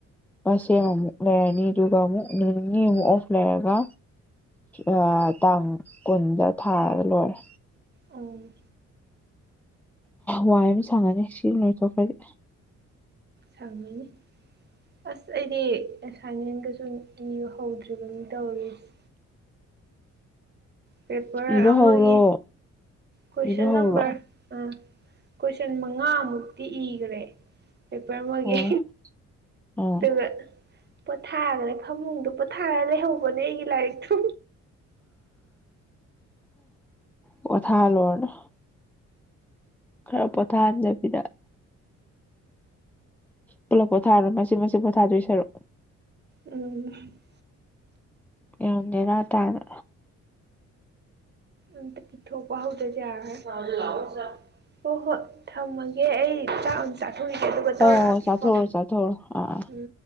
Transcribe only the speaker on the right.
ꯑꯣ
ꯁꯪꯉꯤꯅꯤ ꯑꯁ ꯑꯩꯗꯤ ꯑꯦꯁꯥꯏꯟꯃꯦꯟꯒꯁꯨ ꯏꯕ ꯍꯧꯗ꯭ꯔꯤꯕꯅꯤ ꯇꯧꯔꯤꯁ ꯄꯦꯄꯔ
ꯑꯃꯒꯤ
ꯀꯣꯏꯁꯟ
ꯅꯝꯕꯔ ꯑꯥ ꯀꯣꯏꯁꯟ ꯃꯉꯥꯃꯨꯛꯇꯤ ꯏꯒꯔꯦ ꯄꯦꯄꯔ ꯑꯃꯒꯤ
ꯗꯨꯒ ꯄꯣꯊꯥꯒꯔꯦ ꯐꯃꯨꯡꯗ ꯄꯣꯊꯥꯔ ꯂꯩꯍꯧꯕꯅꯦ ꯑꯩꯒꯤ ꯂꯥꯏꯔꯤꯛꯇꯨ
ꯎꯝ
ꯑꯝꯇ ꯄꯤꯊꯣꯛꯄ ꯍꯧꯗꯗꯤ ꯌꯥꯔꯣꯏ ꯍꯣ ꯍꯣꯏ ꯊꯝꯃꯒꯦ ꯑꯩ ꯆꯥꯛ ꯆꯥꯊꯣꯛꯈꯤꯒꯦ ꯑꯗꯨꯒ
ꯇꯧꯔꯛꯑꯒꯦꯀꯣ
ꯎꯝ